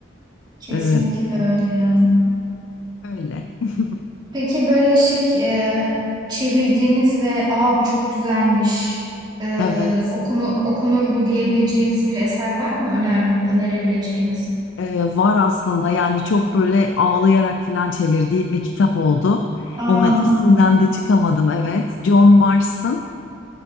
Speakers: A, on the right; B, on the left.
A: Kesinlikle
B: E,
A: öyle ya.
B: öyle. <laughs>
A: Peki böyle şey e, çevirdiğiniz ve aa bu çok güzelmiş e,
B: Evet,
A: okunu, okunur bu diyebileceğiniz bir eser var mı? Öner, önerebileceğiniz?
B: e, var aslında yani çok böyle ağlayarak falan çevirdiğim bir kitap oldu.
A: Aa.
B: Onun etkisinden de çıkamadım evet. John Mars'ın